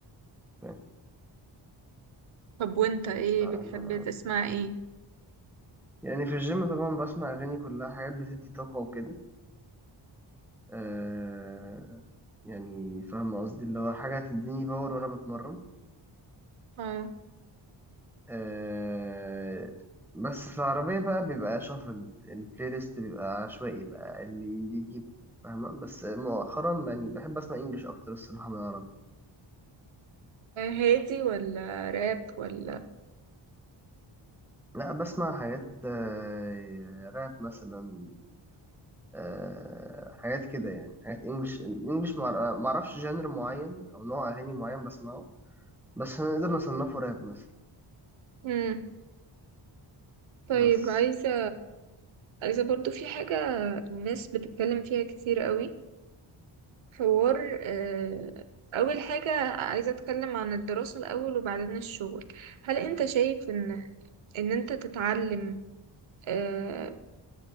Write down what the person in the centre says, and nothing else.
فاهم
لا
انا
يعني في الجيم طبعا بسمع اغاني كلها حاجات بتدي طاقه وكده آه يعني فاهم قصدي اللي هو حاجه هتديني باور وانا بتمرن
آه بس في العربية بقى بيبقى شافل البلاي ليست بيبقى عشوائي بقى اللي اللي يجيبه فاهمة بس مؤخرا يعني بحب أسمع إنجليش أكتر الصراحة من العربي
لا بسمع حاجات آه راب مثلا آه حاجات كده يعني حاجات إنجليش إنجليش معر- معرفش جانر معين أو نوع أغاني معين بسمعه بس هنقدر نصنفه راب مثلا
بس